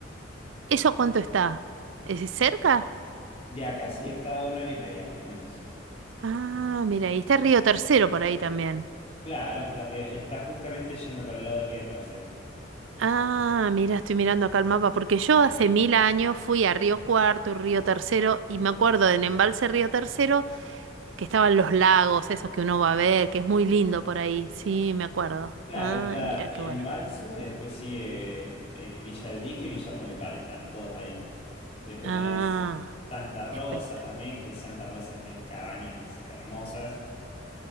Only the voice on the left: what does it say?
de acá sí está a una hora y media más o menos.
Claro, está, río- está justamente yendo para el lado del río Tercero.
Claro,
está
Embalse
y después sigue eh, Villa del Dique y Villa Rumipal, están todos ahí. Después
tenés Santa Rosa
también, que Santa Rosa tenés cabañas hermosas.